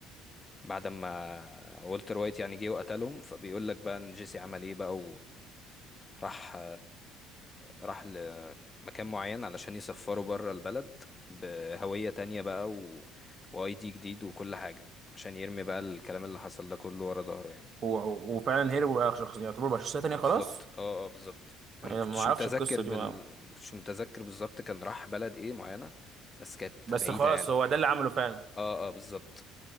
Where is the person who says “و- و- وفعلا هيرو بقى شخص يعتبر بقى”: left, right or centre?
Right